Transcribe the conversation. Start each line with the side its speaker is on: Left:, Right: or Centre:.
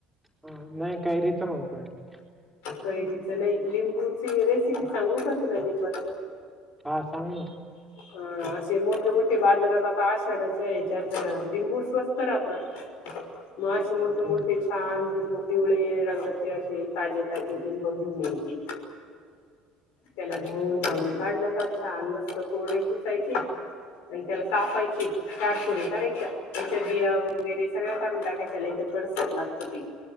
Centre: हा, नाही कैरीच म्हणतोय मी.
Left: कैरीच नाही, लिंबूची रेसिपी सांगू का तुला लिंबाच?
Centre: हा सांग ना.
Left: <unintelligible> अ असे मोठे मोठे बाजारात आता आषाढाच्या, ह्याच्यात लिंबू स्वस्त राहतात. मग असे मोठे मोठे
Centre: हम्म
Left: छान लिंबू पिवळे रंगाचे असे ताजे ताजे लिं बू घेऊन यायचे. त्याला धुवन धवून काढलं का, छान मस्त कोरडे पुसायची आणि त्याला कापायची चारफुरी करायच्या त्याच्या बिया वगैरे सगळ्या काढून टाकायच्या नाहीतर कडसर लागत ते